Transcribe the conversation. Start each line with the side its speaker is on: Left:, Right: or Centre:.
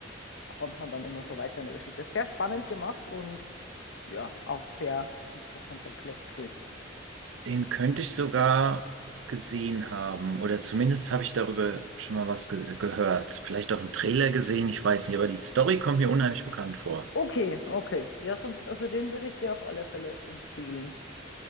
Left: kommt man dann immer so weiter in der Geschichte. Sehr spannend gemacht und ja, auch sehr interessanter Plot-Twist.
Right: Den könnte ich sogar gesehen haben. Oder zumindest habe ich darüber schon mal was ge gehört. Vielleicht auch einen Trailer gesehen, ich weiß nicht, aber die Story kommt mir unheimlich bekannt vor.
Left: Okay, okay. Ja, sonst, also den würde ich dir auf alle Fälle empfehlen.